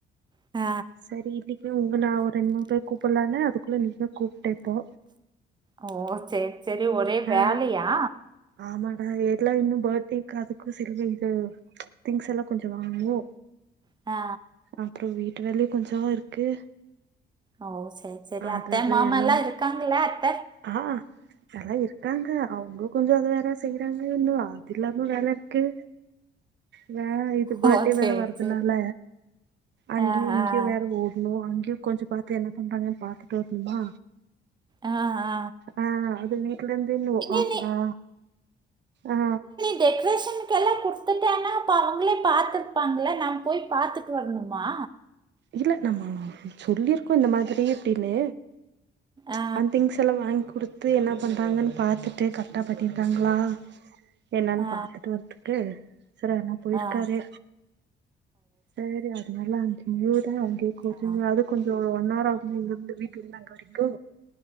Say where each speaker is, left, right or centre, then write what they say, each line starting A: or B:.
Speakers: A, on the right; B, on the right.
A: அ
B: சரி இன்னைக்கு உங்க நா ஒரு ரெண்டு மூணு பேர் கூப்புலான அதுக்குள்ளே நீயே கூப்ட இப்போ
A: ஓ செரி செரி ஒரே
B: ஆ
A: வேலையா
B: ஆமாடா எல்லா இன்னு பத்டேக்கு அதுக்கு செல்வே இது திங்ஸ் எல்லா கொஞ்ச வாங்வோ
A: ஆ
B: அப்புற வீட்டு வேல கொஞ்சோ இருக்கு
A: ஓ சரி சரி
B: அததா
A: அத்த மாமால்லா
B: எல்லாம்
A: இருக்காங்கல்ல அத்த
B: ஆ எலா இருக்காங்க அவுங்க கொஞ்சோ அது வேல செய்றாங்க இன்னு அது இல்லாம வேலருக்கு வே இது பர்
A: ஓ
B: டே
A: சரி
B: வேற வர்றதுனால
A: சரி
B: அங்கயு
A: ஆஹா
B: இங்கயு வேற ஓட் னோ அங்கயு கொஞ்சோ பாத்து என்ன பண்றாங்கன் பாத்துட்டு வரனுமா
A: ஆ ஆ
B: ஆ அது வீட்லருந்து இன்னு
A: இல்ல
B: ஆஃப்
A: நீ
B: அ ஆ
A: டெக்ரேஷனுக்கெல்லா குடுத்துட்டேனா அப்ப அவங்களே பாத்துப்பாங்கல்ல நா போய் பாத்துட்டு வரணுமா
B: இல்ல நம்ம சொல்லிருக்கோ இந்த மாதிரி அப்டின்னு
A: ஆ
B: சம் திங்ஸ் லா வாங்கி குடுத்து என்ன பண்றாங்கன் பாத்துட்டு கரெக்டா பண்ணிருக்காங்களா என்னன்
A: ஆ
B: பாத்துட்டு வரதுக்கு சரினா போயிருக்காரு
A: ஆ
B: சரி அதுனால முதான் அங்க இருக்கு
A: ஆ
B: அது கொஞ்சோ ஒன் ஆர் ஆகுமா இங்கருந்து வீட்லருந்து அங்க வரைக்கு